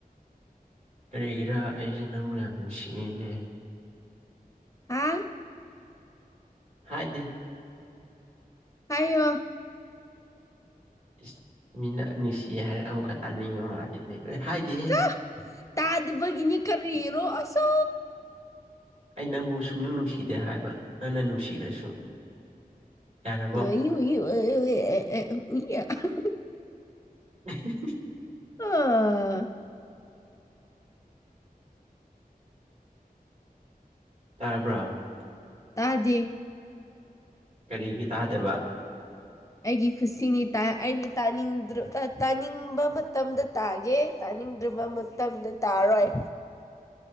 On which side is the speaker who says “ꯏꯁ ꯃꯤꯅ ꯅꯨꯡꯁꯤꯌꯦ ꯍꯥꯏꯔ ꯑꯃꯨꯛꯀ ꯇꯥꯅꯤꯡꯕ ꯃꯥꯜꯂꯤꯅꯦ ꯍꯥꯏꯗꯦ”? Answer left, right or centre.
Right